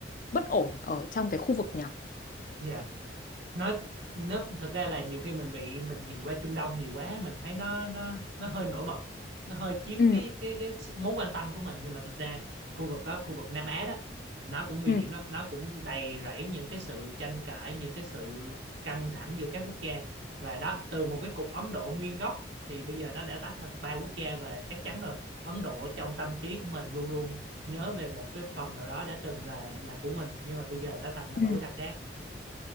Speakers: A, on the left; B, on the right.
A: bất ổn ở trong cái khu vực nhỏ.
B: Dạ. nó nó thực ra là nhiều khi mình bị mình nhìn qua Trung Đông nhiều quá mình thấy nó nó nó hơi nổi bật nó hơi chiếm
A: Ừ.
B: cái cái cái sự- mối quan tâm của mình nhưng mà thực ra khu vực đó khu vực Nam Á đó nó cũng nguy
A: Ừ.
B: hiểm lắm nó cũng đầy rẫy những cái sự tranh cãi những cái sự căng thẳng giữa các quốc gia và đó từ một cái cục Ấn Độ nguyên gốc thì bây giờ nó đã tách thành ba quốc gia và chắc chắn rồi Ấn Độ trong tâm trí của mình luôn luôn nhớ về một cái phần nào đó đã từng là là của mình nhưng mà bây giờ đã thành là
A: Ừ.
B: của thằng khác